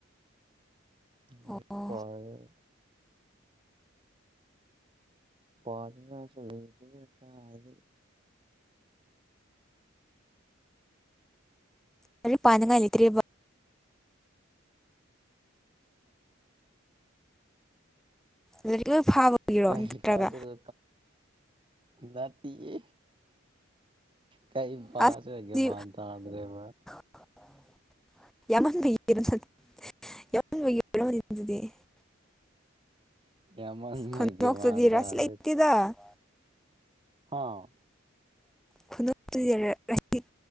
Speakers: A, on the right; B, in the centre.
A: <unintelligible>
B: ꯑꯣ
A: ꯄꯥꯅꯤꯉꯥꯏꯁꯨ ꯂꯩꯇꯦꯗꯥ ꯀꯥꯏꯗꯒꯤ ꯫
B: ꯂꯥꯏꯔꯤꯛ ꯄꯥꯅꯤꯉꯥꯏ ꯂꯩꯇ꯭ꯔꯦꯕꯥ? ꯂꯥꯏꯔꯤꯛ ꯂꯣꯏ ꯐꯥꯕꯒꯤꯔꯣ
A: ꯀꯩ
B: ꯅꯠꯇ꯭ꯔꯒ
A: ꯄꯥꯁꯤꯔ ꯅꯠꯇꯤꯌꯦ ꯀꯩꯝ ꯄꯥꯗ꯭ꯔ
B: ꯑꯁ ꯑꯗꯨꯗꯤ
A: ꯃꯦꯟ- ꯃꯥꯟ ꯇꯗ꯭ꯔꯦꯕ꯫
B: <unintelligible>
A: ꯌꯥꯝꯃꯟꯕꯩ
B: ꯈꯨꯅꯣꯛꯇꯨꯗꯤ
A: ꯒꯌ꯭ꯥꯟ ꯃꯥꯟ ꯇꯥꯗ꯭ꯔꯦ꯫
B: <unintelligible>
A: ꯍꯥ
B: <unintelligible>